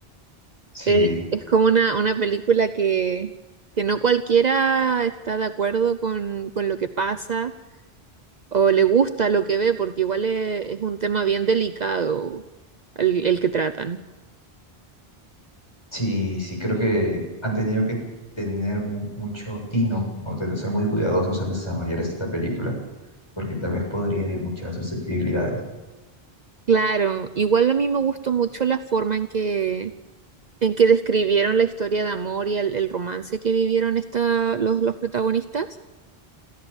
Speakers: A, on the left; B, on the right.
A: Sí,
B: Eh, es como una, una película que, que no cualquiera está de acuerdo con, con lo que pasa. o le gusta lo que ve, porque igual e- es, un tema bien delicado el, el que tratan.
A: sí, sí, creo que han tenido que tener mu- mucho tino o tener, ser muy cuidadosos al desarrollar esta película, porque tal vez podría herir muchas susceptibilidades.
B: Claro, igual a mí me gustó mucho la forma en que, en que describieron la historia de amor y el, el romance que vivieron esta, los, los protagonistas,